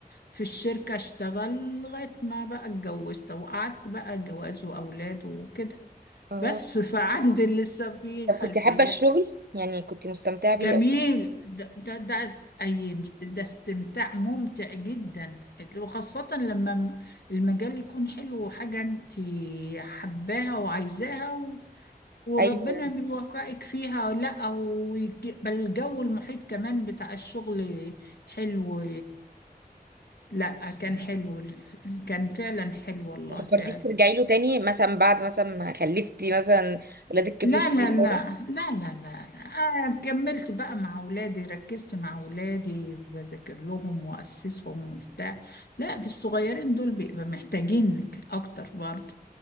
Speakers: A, on the left; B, on the right.
A: في الشركة اشتغل لغاية ما بقى اتجوزت وقعدت بقى جواز وأولاد وكده
B: اه
A: بس فعندي لسه في
B: طب
A: خلفية
B: كنت حابه الشغل يعني كنت مستمتعه
A: جميل
B: بيه أوي؟
A: ده ده ده أي ده استمتاع ممتع جدا وخاصة لما م- المجال يكون حلو وحاجة انت حباها وعايزاها و... وربنا
B: ايوه
A: بيوفقك فيها أو لا أو يج- بل الجو المحيط كمان بتاع الشغل حلو لا كان حلو الف- كان فعلا حلو والله
B: ما فكرتيش
A: فعلا
B: ترجعي له تاني مثلا بعد مثلا ما خلفتي مثلا ولادك كبروا
A: لا
B: شويه
A: لا لا
B: كده
A: لا لا لا لا. أنا كملت بقى مع أولادي ركزت مع أولادي بذاكر لهم وأسسهم وبتاع لا بالصغيرين دول بيبقى محتاجينك أكتر برضه